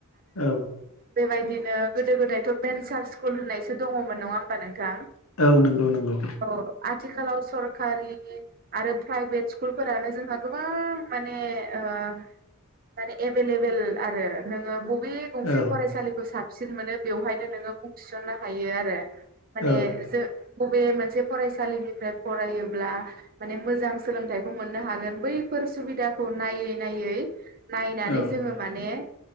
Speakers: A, on the left; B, on the right.
A: औ
B: बेबायदिनो गोदो गोदायथ' भेन्सार स्कुल होननायसो दङमोन नङा नोंथां
A: औ नंगौ नंगौ
B: औ आथिखालाव सरखारि आरो प्राइभेट स्कुलफोरानो जोंहा गोबां माने ओ- माने एभेइलेबल आरो नोंङो बबे गंसे
A: औ
B: फरायसालिखौ साबसिन मोनो बेवहायनो नोङो बुं थिसननो हायो आरो माने
A: औ
B: जो बबे मोनसे फरायसालिनिफ्राय फरायोब्ला माने मोजां सोलोंथाइखौ मोननो हागोन बैफोर सुबिदाखौ नायै नायै नायनानै
A: औ
B: जोङो माने